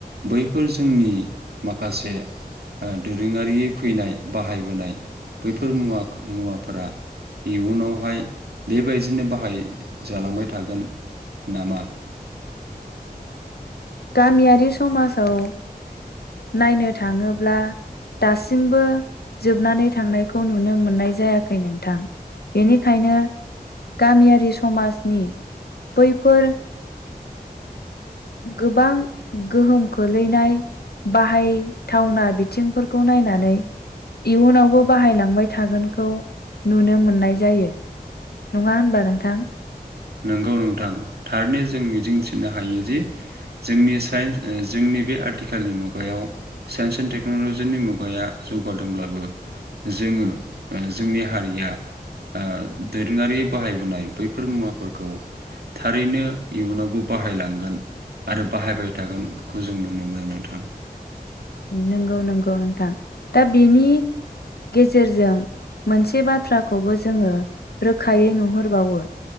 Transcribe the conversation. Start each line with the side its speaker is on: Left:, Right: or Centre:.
Right: बैफोर जोंनि माखासे ओ दोरोङारि फैनाय बाहायबोनाय बैफोरमुवा मुवाफोरा इयुनावहाय बेबायदिनो बाहायजालांबाय थागोन नामा
Left: गामियारि समाजाव नायनो थाङोब्ला दासिमबो जोबनानै थांनायखौ नुनो मोननाय जायाखै नोंथां बेनिखायनो गामियारि समाजनि बैफोर गोबां गोहोम खोलैनाय बाहाय थावना बिथिंफोरखौ नायनानै इयुनावबो बाहायलांबाय थागोनखौ नुनो मोननाय जायो नङा होनबा नोंथां?
Right: नोंगौ नोंथां थारनो जों मिजिंथिनो हायो जे जोंनि साइन्स ओ जोंनि बे आथिखालनि मुगायाव साइन्स एन्ड टेक्नलजिनि मुगाया जौगादोंब्लाबो जोङो जोंनि हारिया ओ दोरोङारि बाहायबोनाय बैफोर मुवाफोर खौ थारैनो इयुनावबो बाहायलांगोन आरो बाहायबाय थागोन खौ जों नुनो मोनो नोंथां
Left: नंगौ नंगौ नोंथां दा बेनि गेजेरजों मोनसे बाथ्राखौबो जोङो रोखायै नुहरबावो